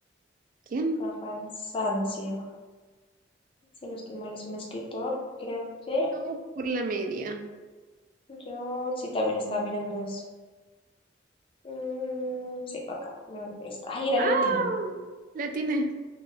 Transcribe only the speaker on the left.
Rafael Sanzio. Si no estoy mal, es un escritor. Creo que
yo sí también estaba mirando eso. Mm, sí, acá. Me voy por esta. Ay, era
el último.